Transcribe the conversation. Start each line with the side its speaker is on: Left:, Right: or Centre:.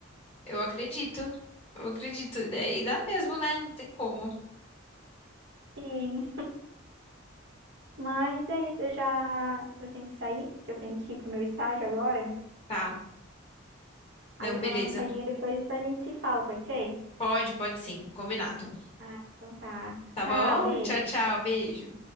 Left: eu acredito. Eu acredito. E e dá mesmo, né? Não tem como.
Right: Sim. Mas é isso, eu já... Eu tenho que sair, porque eu tenho que ir pro meu estágio agora.
Left: Tá. Não,
Right: Aí eu
Left: beleza.
Right: vou dar uma saidinha depois a gente se fala, pode ser?
Left: Pode, pode sim, combinado.
Right: Ah, então tá.
Left: Tá
Right: Tchau,
Left: bom?
Right: beijo.
Left: Tchau, tchau, beijo.